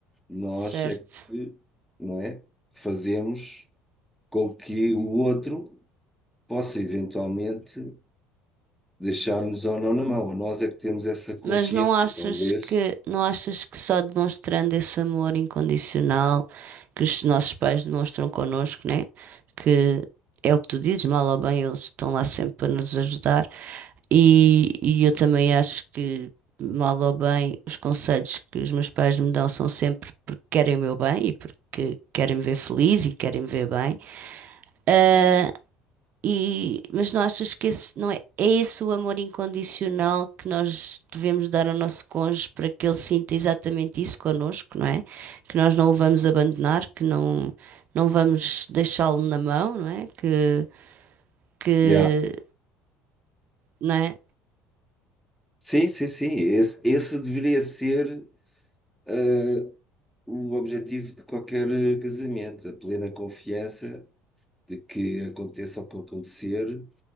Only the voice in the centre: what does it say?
Nós
é que, não é? Fazemos com que o outro possa eventualmente deixar-nos ou não na mão. Nós é que temos essa consciência,
talvez.
Yeah.
Sim, sim, sim. Esse, esse deveria ser eh, o objetivo de qualquer casamento, a plena confiança de que aconteça o que acontecer,